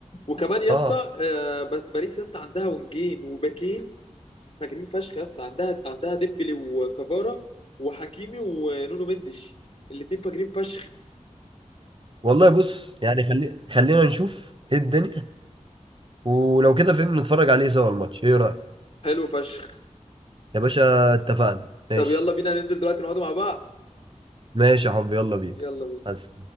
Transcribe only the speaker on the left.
وكمان يا
اسطى آه، بس باريس يا اسطى عندها ونجين وباكين فاجرين فشخ يا اسطى عندها عندها ديمبلي وكافارا وحكيمي ونونو مندش الاتنين فاجرين فشخ
حلو فشخ
طب يلا بينا ننزل دلوقتي نقعد مع بعض
يلا بينا